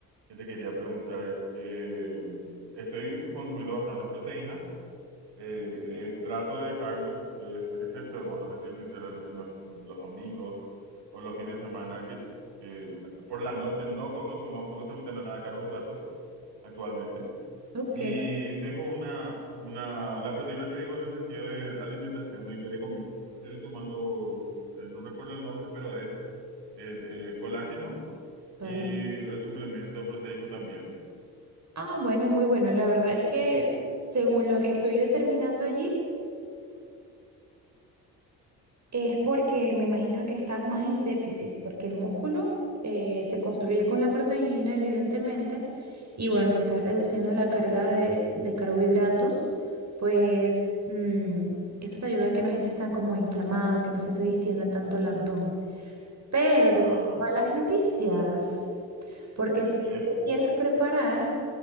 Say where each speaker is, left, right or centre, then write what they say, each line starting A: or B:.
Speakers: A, on the right (about 60°); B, on the right (about 35°).
A: que te quería preguntar. Eh, estoy consumiendo bastante proteína. Eh, eh, trato de dejar, eh, excepto, bueno, te estoy sincero, en, en los, los domingos o los fines de semana que eh, por la noche no consumo absolutamente nada de carbohidratos actualmente.
B: Ok,
A: Y tengo una, una, la proteína te digo en el sentido de alimentación, de, que de comida. Estoy tomando, eh, no recuerdo el nombre, pero es eh, eh, colágeno
B: vale.
A: y el suplemento proteico también.
B: Ah, bueno, muy bueno. La verdad es que según lo que estoy determinando allí, es porque me imagino que estás más en déficit, porque el músculo eh, se construye con la proteína, evidentemente, y bueno, si estás reduciendo la carga de, de carbohidratos, pues mm, eso te ayuda a que no estés tan como inflamado, que no se te distienda tanto el abdomen. Pero
A: Ajá,
B: te tengo malas noticias, porque
A: dime.
B: si tú te quieres preparar